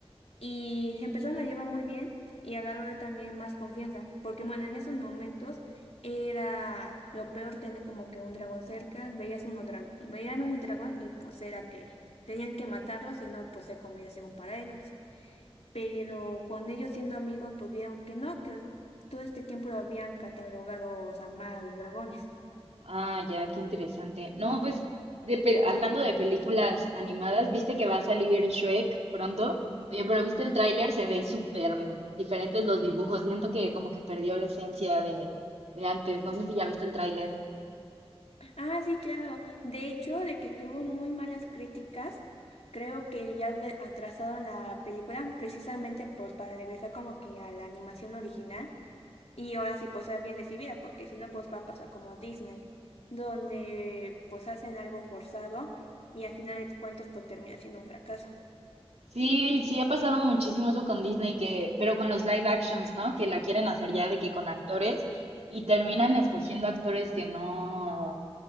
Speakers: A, on the left; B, on the right.
A: y se empezaron a llevar muy bien y agarró también más confianza, porque bueno, en esos momentos era lo peor tener como que un dragón cerca, veías uno dra- veían un dragón y pues era que tenían que matarlo, si no, pues se comía según para ellos. Pero con ellos siendo amigos, pues vieron que no, que todo este tiempo lo habían catalogado, o sea, mal a los dragones.
B: Ah, ya, qué interesante. No, pues de pe- hablando de películas animadas, ¿viste que va a salir Shrek pronto? Oye, pero ¿viste el tráiler? Se ve súper mm, diferentes los dibujos. Siento que como que perdió la esencia de, de antes. No sé si ya viste el tráiler.
A: Ah, sí, claro. De hecho, de que tuvo muy malas críticas, creo que ya de- atrasaron la película precisamente pues para regresar como que a la animación original y ahora sí pues sea bien recibida, porque si no pues va a pasar como Disney, donde pues hacen algo forzado y al final de cuentas pues termina siendo un fracaso.
B: Sí, sí ha pasado muchísimo eso con Disney, que, pero con los live actions, ¿no? Que la quieren hacer ya de que con actores y terminan escogiendo actores que no,